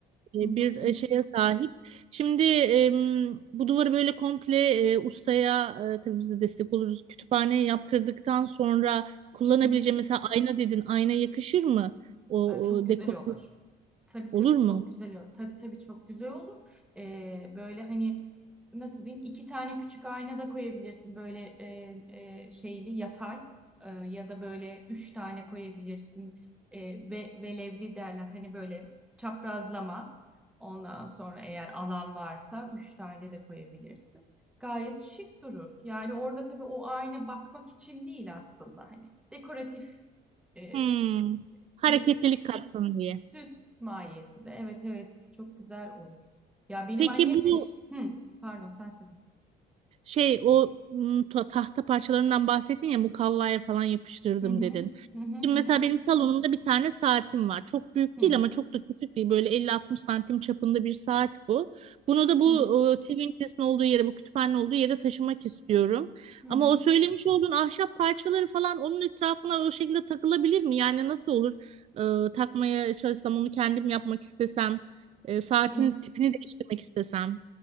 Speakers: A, on the right (about 40°); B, in the centre.
A: e,
B: hı hı
A: bir e,
B: hı
A: şeye sahip. Şimdi em, bu duvarı böyle komple e, ustaya e, tabii biz de destek oluruz. Kütüphane yaptırdıktan sonra kullanabileceğim
B: hı hı.
A: mesela ayna dedin. Ayna yakışır mı? O,
B: Ay, çok
A: o
B: güzel
A: dekor
B: olur. Tabii tabii
A: olur mu?
B: çok güzel olur. Tabii tabii çok güzel olur. Ee, böyle hani nasıl diyeyim iki tane küçük ayna da koyabilirsin. Böyle e, e, şeyli yatay e, ya da böyle üç tane koyabilirsin. E, ve velevli derler. Hani böyle çaprazlama. Ondan sonra eğer alan varsa üç tane de koyabilirsin. Gayet şık durur. Yani orada tabii o ayna bakmak için değil aslında. Hani dekoratif e,
A: Hmm, hareketlilik
B: bir süs
A: katsın diye.
B: Süs mahiyetinde. Evet evet çok güzel olur. Ya benim
A: Peki
B: annem
A: bu,
B: de ş- hı, pardon sen söyle.
A: Şey o m, ta- tahta parçalarından bahsettin ya mukavvaya falan yapıştırdım
B: Hı hı.
A: dedin.
B: Hı hı hı
A: Şimdi mesela
B: hı.
A: benim salonumda bir tane saatim var. Çok büyük
B: Hı
A: değil ama çok da küçük değil. Böyle elli altmış santim çapında bir saat bu. Bunu da bu
B: hı hı.
A: e, TV ünitesinin olduğu yere, bu kütüphanenin olduğu yere taşımak istiyorum.
B: hı hı.
A: Ama o söylemiş olduğun ahşap parçaları falan onun etrafına o şekilde takılabilir mi? Yani nasıl olur? E, takmaya çalışsam onu kendim yapmak istesem, e, saatin
B: Yine
A: tipini değiştirmek istesem.